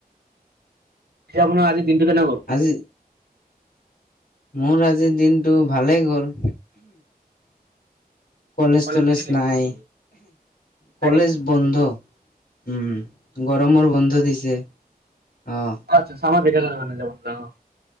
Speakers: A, on the right; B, on the left.
A: পিছে আপোনাৰ আজি দিনটো কেনে গ'ল?
B: আজি? মোৰ আজিৰ দিনটো ভালেই গ'ল। কলেজ-তলেজ
A: কলেজ গৈছিলে?
B: নাই
A: হয়
B: কলেজ
A: নেকি
B: বন্ধ। উম, গৰমৰ বন্ধ দিছে অ'।
A: আচ্ছা, চামাৰ ভেকেচন মানে <unintelligible>